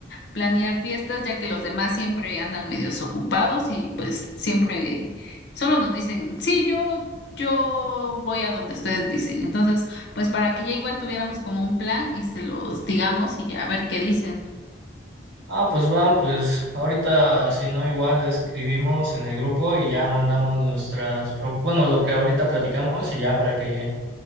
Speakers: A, on the left; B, on the right.
A: planear fiestas, ya que los demás siempre andan medios ocupados y pues siempre solo nos dicen, sí, yo, yo voy a donde ustedes dicen. Entonces, pues para que ya igual tuviéramos como un plan y se los digamos y ya a ver qué dicen.
B: Ah, pues va pues ahorita si no igual escribimos en el grupo y ya mandamos nuestras, pro- bueno, lo que ahorita platicamos y ya para que,